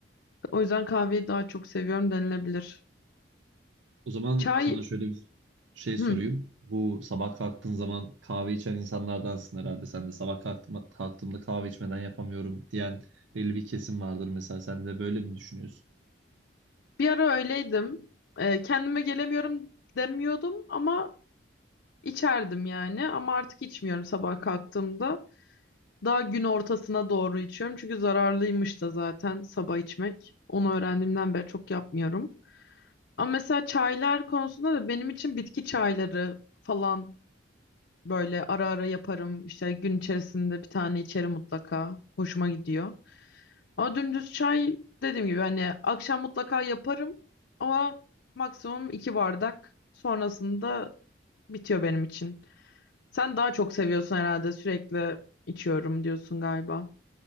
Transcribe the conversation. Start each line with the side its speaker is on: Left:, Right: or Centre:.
Left: O yüzden kahveyi daha çok seviyorum denilebilir.
Right: O zaman
Left: Çay,
Right: sana şöyle bir şey sorayım.
Left: hı.
Right: Bu sabah kalktığın zaman kahve içen insanlardansın herhalde. Sen de sabah kalktım, kalktığımda kahve içmeden yapamıyorum diyen belli bir kesim vardır mesela. Sen de böyle mi düşünüyorsun?
Left: Bir ara öyleydim. Ee, kendime gelemiyorum demiyordum ama içerdim yani. Ama artık içmiyorum sabah kalktığımda. Daha gün ortasına doğru içiyorum. Çünkü zararlıymış da zaten sabah içmek. Onu öğrendiğimden beri çok yapmıyorum. Ama mesela çaylar konusunda da benim için bitki çayları falan böyle ara ara yaparım. İşte gün içerisinde bir tane içerim mutlaka. Hoşuma gidiyor. Ama dümdüz çay dediğim gibi hani akşam mutlaka yaparım ama maksimum iki bardak sonrasında bitiyor benim için. Sen daha çok seviyorsun herhalde sürekli içiyorum diyorsun galiba.